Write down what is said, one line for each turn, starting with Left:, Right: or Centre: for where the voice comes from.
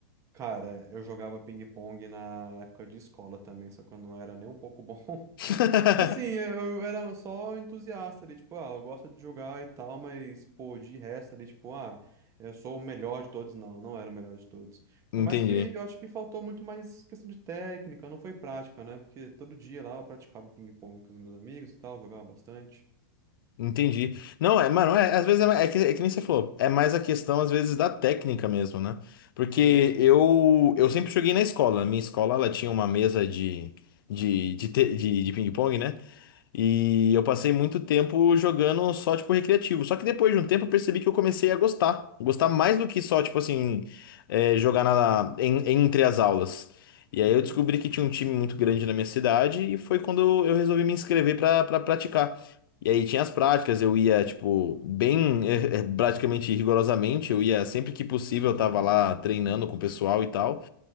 Right: Cara, eu jogava ping-pong na época de escola também, só que eu não era nem um pouco bom. <laughs>
Left: <laughs>
Right: Tipo assim, eu era só entusiasta ali, tipo, ah, eu gosto de jogar e tal, mas, pô, de resto ali, tipo, ah, eu sou o melhor de todos. Não, não era o melhor de todos. Ainda
Left: Entendi.
Right: mais que eu acho que faltou muito mais questão de técnica, não foi prática, né? Porque todo dia lá eu praticava ping-pong com os meus amigos e tal, jogava bastante.
Left: Entendi. Não, é, mano, é, às vezes é, é que, é que nem você falou, é mais a questão, às vezes, da técnica mesmo, né? Porque
Right: Sim.
Left: eu, eu sempre joguei na escola. Minha escola, ela tinha uma mesa de, de, de, te- de, de ping-pong, né? E eu passei muito tempo jogando só, tipo, recreativo. Só que depois de um tempo eu percebi que eu comecei a gostar. Gostar mais do que só, tipo assim, é, jogar na, em- entre as aulas. E aí
Right: uhum.
Left: eu descobri que tinha um time muito grande na minha cidade e foi quando eu resolvi me inscrever pra pra praticar. E aí tinha as práticas, eu ia, tipo, bem, <laughs> eh, eh, praticamente rigorosamente, eu ia sempre que possível, eu tava lá treinando com o pessoal e tal.